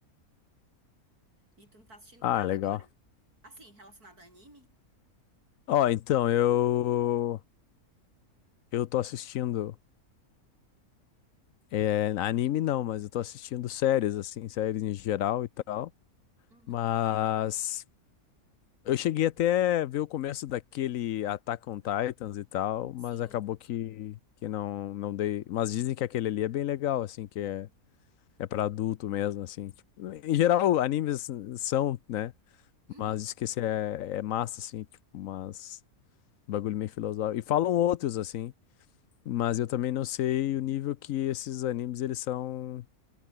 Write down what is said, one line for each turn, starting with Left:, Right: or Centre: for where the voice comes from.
Right: E tu não tá assistindo
Left: Ah,
Right: nada
Left: legal.
Right: agora? Assim, relacionado a anime?
Left: Ó, então, eu. Eu tô assistindo, é, anime não, mas eu tô assistindo séries, assim, séries em geral e tal.
Right: Uhum.
Left: Mas eu cheguei até ver o começo daquele Attack on Titans e tal,
Right: Sim.
Left: mas acabou que, que não, não dei. Mas dizem que aquele ali é bem legal, assim, que é, é pra adulto mesmo, assim. Tipo, em geral, animes são, né?
Right: Uhum.
Left: Mas diz que esse é, é massa, assim, tipo, mas bagulho meio filosófico. E falam outros, assim. Mas eu também não sei o nível que esses animes eles são